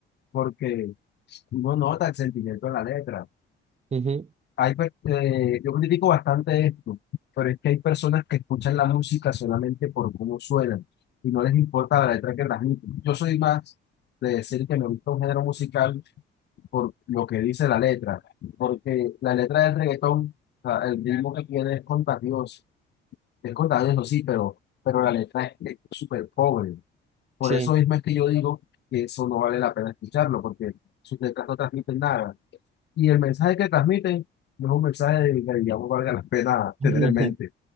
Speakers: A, on the left; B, on the right.
A: porque uno no nota el sentimiento en la letra.
B: Ujú,
A: hay, per- eh, yo critico bastante esto, pero es que hay personas que escuchan la música solamente por cómo suenan y no les importa la letra que transmiten. Yo soy más de decir que me gusta un género musical por lo que dice la letra, porque la letra del reggaetón, o sea, el ritmo que tiene es contagioso, es contagioso, sí, pero, pero la letra es es súper pobre. Por
B: Sí.
A: eso mismo es que yo digo que eso no vale la pena escucharlo, porque sus letras no transmiten nada. Y el mensaje que transmiten no es un mensaje que, digamos, valga la pena
B: <laughs>
A: tener en mente.